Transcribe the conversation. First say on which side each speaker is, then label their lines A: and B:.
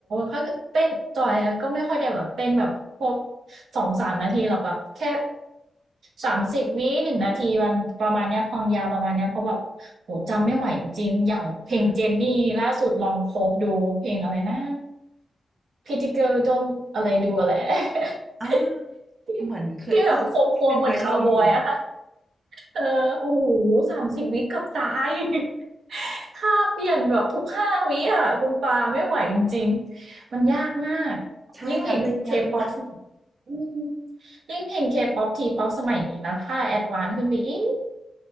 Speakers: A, on the right (about 75°); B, on the right (about 25°).
A: ถ้าเกิดเต้นจอยอะก็ไม่ค่อยได้แบบเต้นแบบพวก2-3นาทีหรอกแบบแค่30วิ1นงนาทีมันประมาณเนี้ยความยาวประมาณเนี้ยเพราะแบบโอ้โฮจำไม่ไหวจริงๆอย่างเพลงเจนนี่ล่าสุดลอง
B: ค่ะ
A: c o v e ดูเพลงอะไรนะ Pretty Girl Don't อะไร Do อะไร <laughs>
B: อ่า
A: ที่
B: เหมือนเคยเอ้ยเป็นไวรัลอยู่
A: ที่แบบโค้งๆเหมือนคาวบอยอะค่ะ เออโอ้โฮ30วิเกือบตาย <laughs> ค่าเปลี่ยนแบบทุก5วิอะคุณปาไม่ไหวจริงๆมันยากมาก
B: ใช่การเต้นยากมาก
A: ยิ่งเพลง K-pop สอืมยิ่งเพลง K-pop T-pop สมัยนี้นะถ้าแอดวานซ์ขึ้นไปอีก